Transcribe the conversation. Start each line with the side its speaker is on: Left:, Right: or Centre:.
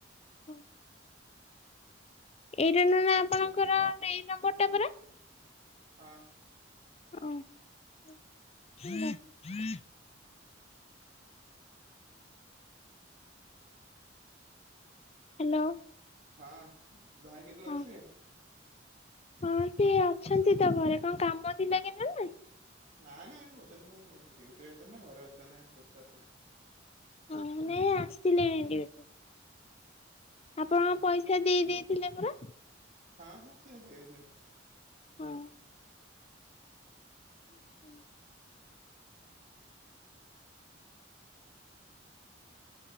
Left: ହଁ। ଏଇଟା ନ ଆପଣଙ୍କର ଏଇ ନମ୍ବର ଟା ପରା।
Right: ହଁ।
Left: ଓ ହ୍ୟାଲୋ।
Right: ହଁ ଭାଇ କେତେବେଳେ
Left: ହଁ।
Right: ଆସିବେ?
Left: ହଁ ସେ ଅଛନ୍ତି ତ ଘରେ କଣ କାମ ଥିଲା କି ନନା।
Right: ନା ନା ଏ ପଛାରିଲି ମୁଁ ଡିଟି ଅଛନ୍ତି ନା ଘରେ ଅଛନ୍ତି ନା ଏ ପଚାରିଥିଲି।
Left: ହଁ ନାଇଁ ଆସିଲେଣି ଡିଉଟି ରୁ। ଆପଣ
Right: ଓହୋ।
Left: ପଇସା ଦେଇ ଦେଇଥିଲେ ପରା।
Right: ହଁ ହଁ ସେ ଦେଇଛନ୍ତି।
Left: ହଁ। ହୁଁ।